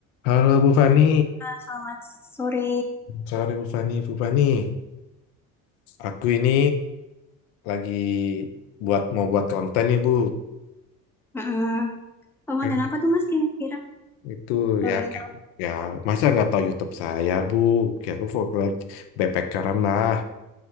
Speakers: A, on the left; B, in the centre.
A: Halo Bu Fani,
B: Selamat sore.
A: sore Bu Fani, Bu Fani. Aku ini lagi buat mau buat konten nih Bu.
B: Heeh. Ramadan
A: Kan
B: apa tuh Mas kira-kira?
A: itu
B: Kalau
A: ya
B: boleh tahu.
A: ya masa nggak tahu YouTube saya Bu. Kayak aku fokus backpackeran lah.